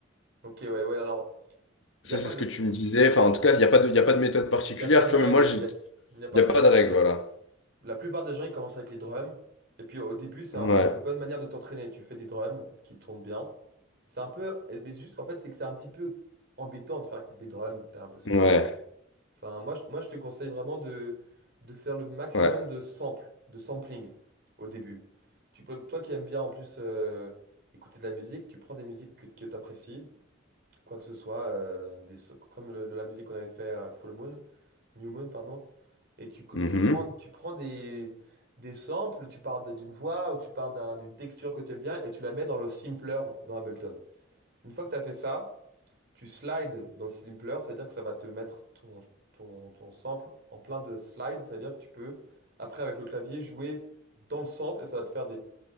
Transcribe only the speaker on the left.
Ça,
c'est
ce
que tu me disais. Enfin, en tout cas, il n'y a pas de, il y a pas de méthode particulière,
tu
vois. Mais moi, j'ai-
il
n'y
a pas
de
règle,
voilà.
Ouais,
ouais,
ouais.
Mhm.